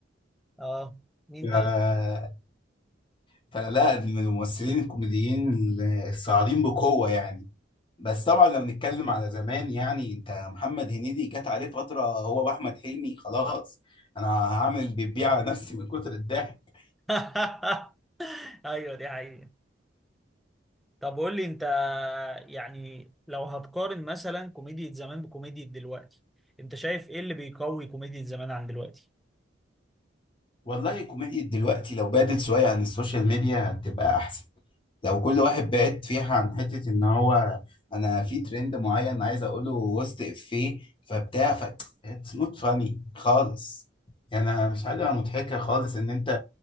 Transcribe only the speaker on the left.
آه، فلا من الممثلين الكوميديين الصاعدين بقوة يعني بس طبعا لو نتكلم على زمان يعني انت محمد هنيدي جت عليه فترة هو واحمد حلمي خلاص انا هعمل بيبيع على نفسي من كتر الضحك
والله كوميديا دلوقتي لو بعدت شوية عن السوشيال ميديا هتبقى احسن لو كل واحد بعد فيها عن حتة ان هو انا في ترند معين عايز اقوله وسط افيه فبتاع ف اتس نوت فاني خالص يعني أنا مش حاجة مضحكة خالص ان انت